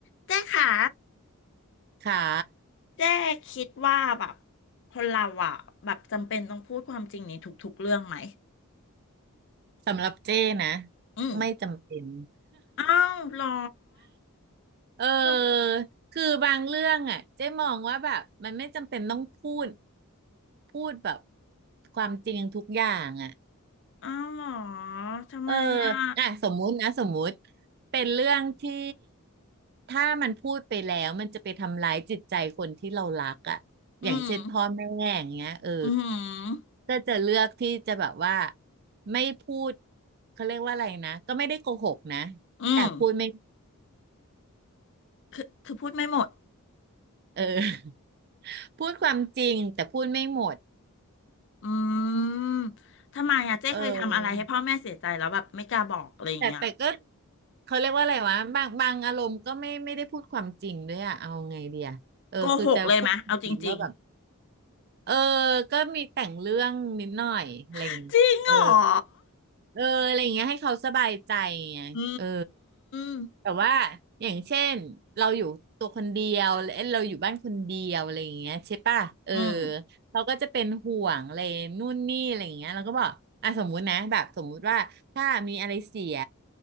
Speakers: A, on the left; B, on the right.
A: เจ๊ค่ะ
B: ค่ะ
A: เจ๊คิดว่าแบบคนเราอ่ะแบบจำเป็นต้องพูดความจริงในทุกๆเรื่องไหม
B: สำหรับเจ้นะ
A: อืม
B: ไม่จำเป็น
A: อ้าวเหรอ
B: <laughs> เออ
A: ท
B: คือบางเรื่องอ่ะเจ้มองว่าแบบมันไม่จำเป็นต้องพูดพูดแบบความจริงทุกอย่างอ่ะ
A: ำอ้าวเหรอทำไมอ่ะ
B: เอออ่ะสมมุตินะสมมุติเป็นเรื่องที่ถ้ามันพูดไปแล้วมันจะไปทำร้ายจิตใจคนที่เรารักอ่ะอย่างเช่นพ่อแม่อย่างเงี้ยเออ
A: อืมอืม
B: ก็จะเลือกที่จะแบบว่าไม่พูดเขาเรียกว่าอะไรนะก็ไม่ได้โกหกนะ
A: อืม
B: แต่พูดไม่
A: คือคือพูดไม่หมด
B: เออ <laughs> พูดความจริงแต่พูดไม่หมด
A: อืมทำไมอ่ะเจ๊เคยทำอะไรให้พ่อแม่เสียใจแล้วแบบไม่กล้าบอกอะไรอย่างเงี้ย
B: เออแต่แต่ก็เขาเรียกว่าอะไรวะบางบางอารมณ์ก็ไม่ไม่ได้พูดความจริงด้วยอะเอาไงเดียเออคือจะพูดจริงๆว่าแบบ
A: โกหกเลยไหมเอาจริง
B: เออก็มีแต่งเรื่องนิดหน่อยอะไรอย่างเงี้ยเออ
A: ๆจริงเหรอ
B: เอออะไรอย่างเงี้ยให้เขาสบายใจไงเออ
A: อืม
B: แต่ว่าอย่างเช่นเราอยู่ตัวคนเดียวเอ้ยเราอยู่บ้านคนเดียวอะไรอย่างเงี้ยใช่ป่ะเออ
A: อืม
B: เราก็จะเป็นห่วงอะไรนู่นนี่อะไรอย่างเงี้ยเราก็บอกอ่ะสมมุตินะแบบสมมุติว่าถ้ามีอะไรเสีย